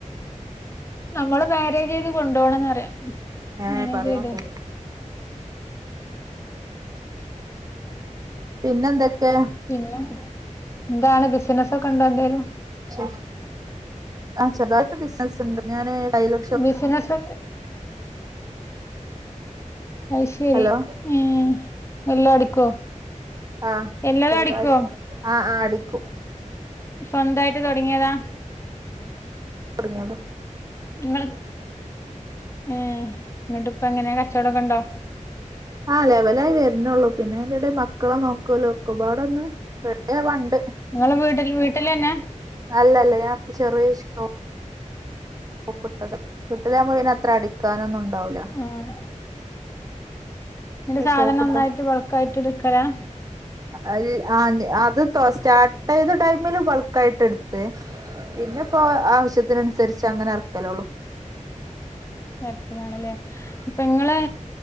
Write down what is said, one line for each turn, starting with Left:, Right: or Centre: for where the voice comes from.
Left: നമ്മള് മാനേജ് ചെയ്ത് കൊണ്ടു പോണംന്ന്റിയം
Right: ഏ
Left: മാനേജ്
Right: പറയാണ്ടോ
Left: ചെയ്തെ
Right: പിന്നെന്തൊക്കെ
Left: പിന്നെ എന്താണ് ബിസിനസ് ഒക്കെ ഉണ്ടോ എന്തേലും
Right: ശരി ആഹ് ചെറുതായിട്ട് ബിസിനസ്ണ്ട് ഞാന് ടൈല്
Left: ബിസിനെസ് ഒക്കെ അയിശരി
Right: ഹലോ
Left: ഉം എല്ലാം അടിക്കോ
Right: ആഹ്
Left: എല്ലതും
Right: ചെറുതായിട്ട്
Left: അടിക്കോ
Right: ആഹ് ആഹ് അടിക്കും
Left: സ്വന്തായിട്ട് തുടങ്ങിയതാ
Right: തൊടങ്ങിയതാ
Left: നിങ്ങള് ഏഹ് ങ്ങട്ട് ഇപ്പം എങ്ങനെയ കച്ചോടൊക്കെ ഉണ്ടോ
Right: ആഹ് ലെവലായി വരുന്നേള്ളൂ പിന്നെ അയ്ന്റെടെ മക്കളെ നോക്കലും ഒക്കെപാടൊന്ന് വണ്ട്
Left: നിങ്ങള് വീട്ടിൽ വീട്ടിലെന്നെ
Right: അല്ലല്ല ഞാൻപ്പം ചെറിയ ഷോ ഒപ്പ്ട്ടത് വീട്ടില് ആകുമ്പോ പിന്നെ അത്ര അടിക്കാനൊന്നുംണ്ടാവില്ല
Left: ആഹ് നിന്റെ സാധനം
Right: ഷോപ്പിട്ട്
Left: നന്നായിട്ട് ബൾക്കായിട്ട് എടുക്കലാ
Right: അ ആഹ് അത് സ്റ്റാർട്ട് ചെയ്ത ടൈമില് ബൾക്കായിട്ട് എടുത്ത് പിന്നെപ്പോ ആവശ്യത്തിനനുസരിച്ച് അങ്ങനെ ഇറക്കലോളു
Left: എറക്കലാണല്ലേ ഇപ്പൊ നിങ്ങളെ